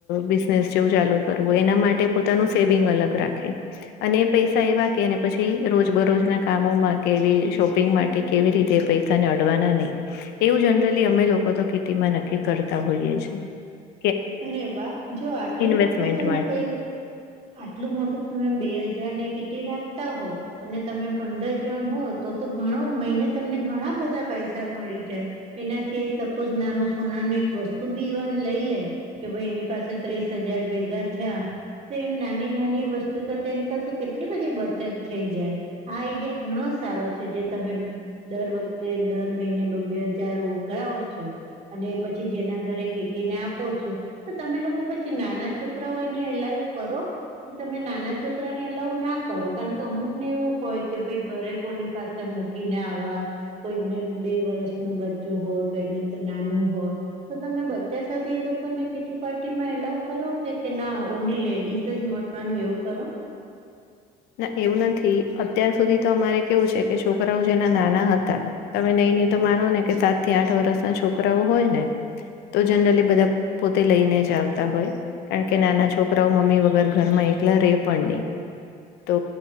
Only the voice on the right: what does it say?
અરે વાહ! જો આટલું
મોટું તમે
પ આટલું મોટું તમે બે હજારની કિટી રાખતા હો અને તમે પંદર હોય તો તો ઘણો મહિને તમને ઘણા બધા પૈસા મળી જાય. એનાથી સપોઝ નાનું સોનાનું એક વસ્તુ બી ઇવન લઈ લે. કે ભાઈ એની પાસે ત્રીસ હજાર ભેગા થયા. તો એમ નાની નાની વસ્તુ કરતા એની પાસે કેટલી બધી બચત થઈ જાય. આ આઈડિયા ઘણો સારો છે જે તમે દર વખતે દર મહિને બબ્બે હજાર ઓઘરાવો છો અને પછી જેના ઘરે કેટીને આપો છો. તો તમે લોકો પછી નાના છોકરાઓ એને લાઈવ કરો? કે તમે નાના છોકરાને અલાવ ના કરો કારણ કે અમુક ને એવું હોય કે ભાઈ ઘરે કોની પાસે મૂકીને આવા કોઈકને બે વર્ષનું બચ્ચું હોય કોઈને નાનું હોય તો તમે બચ્ચા સાથે એ લોકોને કે પાર્ટી માં એલાવ કરો કે ના ઓનલી લેડીસ જ મળવાનું એવું કરો?